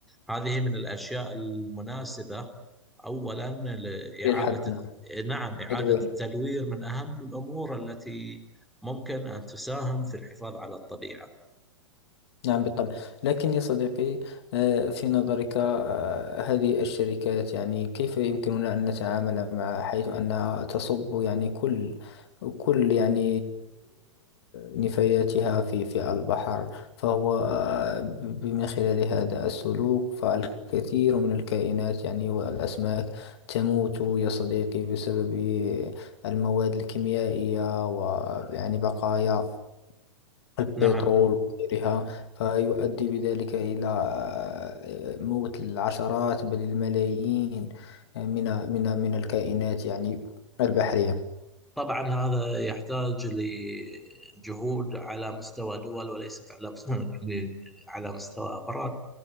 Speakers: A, in the centre; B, on the left.
A: هذه من الأشياء المناسبة أولا لإعادة
B: للحد نعم
A: نعم إعادة
B: تدوير
A: التدوير من أهم الأمور التي ممكن أن تساهم في الحفاظ على الطبيعة
B: نعم بالطبع لكن يا صديقي آه، في نظرك آه، هذه الشركات يعني كيف يمكننا أن نتعامل مع حيث أنها تصب يعني كل كل يعني نفاياتها في في البحر فهو آه، ب- من خلال هذا السلوك فالكثير من الكائنات يعني والأسماك تموت يا صديقي بسبب المواد الكيميائية ويعني بقايا البترول
A: نعم
B: وغيرها فيؤدي بذلك إلى آه، موت العشرات بل الملايين آه، من من من الكائنات يعني البحرية
A: طبعا هذا يحتاج لجهود على مستوى دول وليس على مستوى م. يعني على مستوى أفراد